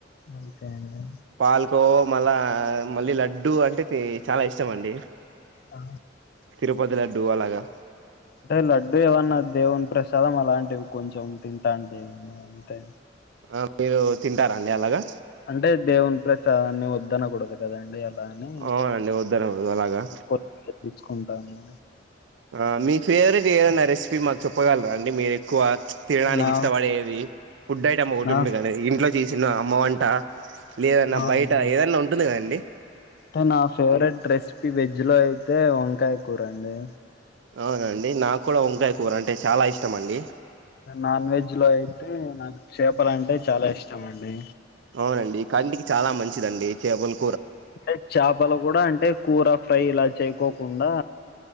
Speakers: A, on the left; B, on the right.
A: ఓకే అండి.
B: పాలకో మళ్ళా మళ్ళీ లడ్డూ అంటే చాలా ఇష్టం అండి.
A: ఆ,
B: తిరుపతి లడ్డు అలాగా.
A: అంటే లడ్డు ఏమన్నా దేవుని ప్రసాదం అలాంటివి కొంచెం తింటా అంతే.
B: ఆ మీరు తింటారాండి అలాగా
A: అంటే దేవున్ ప్రసాదాన్ని వద్దనకూడదు కదండి. లాని
B: అవునండి వద్దనకూడదు అలాగా
A: కొత్తది తెప్పిచ్చుకుంటాండి.
B: ఆ మీ ఫేవరెట్ ఏదైనా రెసిపీ మాకు చెప్పగలరా అండి? మీరు ఎక్కువ తినడానికి
A: నా
B: ఇష్టపడేది ఫుడ్ ఐటమ్ ఒకటి
A: నా
B: ఉంటది కదా ఇంట్లో చేసిన అమ్మ వంట. లేదన్నా
A: అవునండి
B: బయట ఏదన్నా ఉంటుంది కదండి.
A: అంటే నా ఫేవరెట్ రెసిపీ వెజ్ లో అయితే వంకాయ కూర అండి.
B: అవునానండి నాకు కూడా వంకాయ కూర అంటే చాలా ఇష్టం అండి.
A: నాన్ వెజ్ లో అయితే నాకు చేపల అంటే చాలా ఇష్టం అండి.
B: అవునండి కంటికి చాలా మంచిదండి చేపలు.
A: అంటే చేపలు కూడా అంటే కూర ఫ్రై ఇలా చేయకోకుండా,